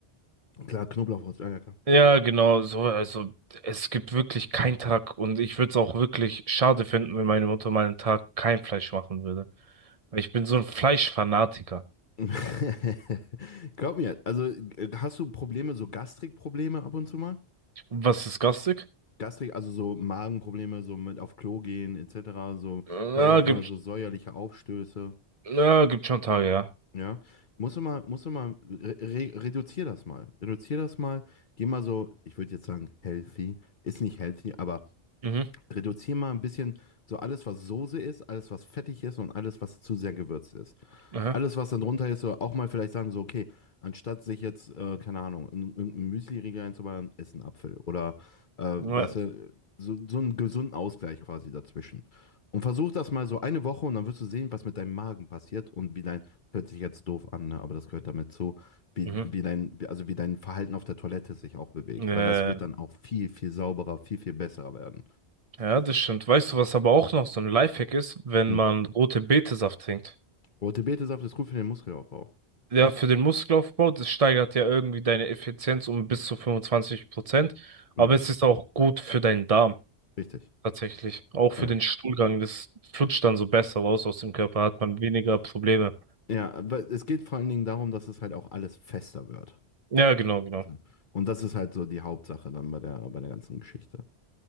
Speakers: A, on the left; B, on the right.
A: Klar, Knoblauchwurst, ja, ja, klar.
B: Ja, genau, so, also es gibt wirklich keinen Tag und ich würde es auch wirklich schade finden, wenn meine Mutter mal einen Tag kein Fleisch machen würde. Weil ich bin so ein Fleischfanatiker.
A: <laughs> Glaub mir, also äh, hast du Probleme, so Gastrikprobleme ab und zu mal?
B: Was ist garstig?
A: Gastrik, also so Magenprobleme, so mit auf Klo gehen, etc., so
B: Ja,
A: vielleicht auch
B: gibt,
A: mal so säuerliche Aufstöße,
B: ja gibt schon Tage, ja.
A: ja? Musst du mal, musst du mal, re re reduzier das mal. Reduzier das mal, geh mal so, ich würde jetzt sagen, healthy, ist nicht healthy, aber
B: Mhm,
A: reduzier mal ein bisschen so alles, was Soße ist, alles, was fettig ist und alles, was zu sehr gewürzt ist.
B: aha,
A: Alles, was dann drunter ist, so auch mal vielleicht sagen, so, okay, anstatt sich jetzt, äh, keine Ahnung, ein in- einen Müsli-Riegel einzuballern, ess einen Apfel. Oder, äh, weißt
B: na,
A: du, so, so einen gesunden Ausgleich quasi dazwischen. Und versuch das mal so eine Woche und dann wirst du sehen, was mit deinem Magen passiert und wie dein, hört sich jetzt doof an, ne? Aber das gehört damit zu, wie,
B: mhm.
A: wie dein, wie- also wie dein Verhalten auf der Toilette sich auch bewegt.
B: Äh,
A: Weil das wird dann auch viel, viel sauberer, viel, viel besser werden.
B: ja, das stimmt. Weißt du, was aber auch noch so ein Lifehack ist, wenn
A: Hm.
B: man rote Betesaft trinkt?
A: Rote Betesaft ist gut für den Muskelaufbau.
B: Ja, für den Muskelaufbau, das steigert ja irgendwie deine Effizienz um bis zu 25 Prozent.
A: Ja,
B: Aber es ist auch gut für deinen Darm,
A: richtig.
B: tatsächlich. Auch für
A: Ja.
B: den Stuhlgang. Das flutscht dann so besser raus aus dem Körper, hat man weniger Probleme.
A: Ja, aber es geht vor allen Dingen darum, dass es halt auch alles fester wird.
B: Ja, genau, genau.
A: So. Und das ist halt so die Hauptsache dann bei der, bei der ganzen Geschichte.